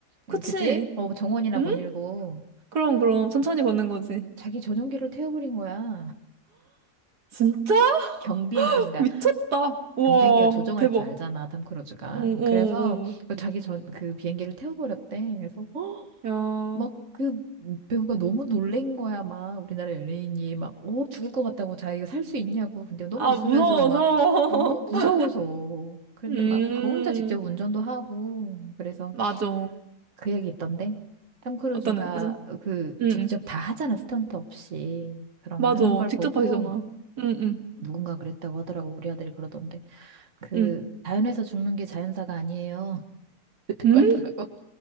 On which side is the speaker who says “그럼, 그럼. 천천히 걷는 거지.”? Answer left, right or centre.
Right